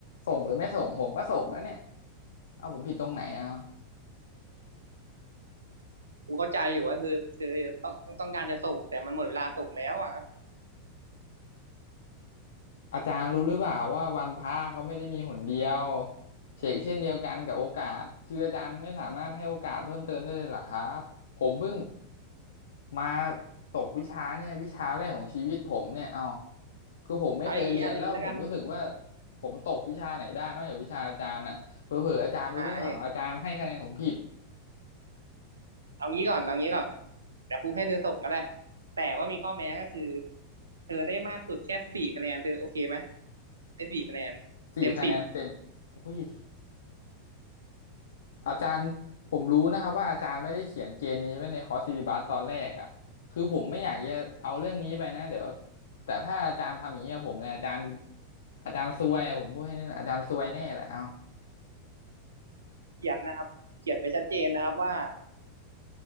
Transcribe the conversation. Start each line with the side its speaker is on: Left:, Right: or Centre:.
Left: ส่งหรือไม่ส่งผมก็ส่งแล้วเนี่ยเอาผมผิดตรงไหนเอา
Right: กูเข้าใจอยู่ว่าเธอเธอต้องต้องต้องการจะส่งแต่มันหมดเวลาส่งแล้วอ่ะ
Left: อาจารย์รู้หรือเปล่าว่าวันพระเขาไม่ได้มีหนเดียวเฉกเช่นเดียวกันกับโอกาสคืออาจารย์ไม่สามารถให้โอกาสเพิ่มเติมได้เลยเหรอครับผมเพิ่งมาตกวิชาเนี่ยวิชาแรกของชีวิตผมเนี่ยเอาคือผมไม่เคยเรียนแล้วผมรู้สึกว่า
Right: เอาอย่างนี้เอาอย่างนี้แล้วกัน
Left: ผมตกวิชาไหนได้นอกจากวิชาอาจารย์อ่ะเผลอๆอาจารย์รู้หรือเปล่าอาจารย์ให้คะแนนผมผิด
Right: อ่าเอาอย่างเอางี้ก่อนเอางี้ก่อนเดี๋ยวครูให้เธอส่งก็ได้แต่ว่ามีข้อแม้ก็คือเธอได้มากสุดแค่สี่คะแนนเธอโอเคไหมได้สี่คะแนนเต็มสิบ
Left: สี่คะแนนเต็มอุ้ย อาจารย์ผมรู้นะครับว่าอาจารย์ไม่ได้เขียนเกณฑ์นี้ไว้ในคอร์สซิลิบัสตอนแรกอ่ะคือผมไม่อยากจะเอาเรื่องนี้ไปนะเดี๋ยวแต่ถ้าอาจารย์ทำอย่างนี้กับผมเนี่ยอาจารย์อาจารย์ซวยอะผมพูดแค่นี้แหละอาจารย์ซวยแน่แหละเอา
Right: เขียนนะครับเขียนไว้ชัดเจนนะครับว่า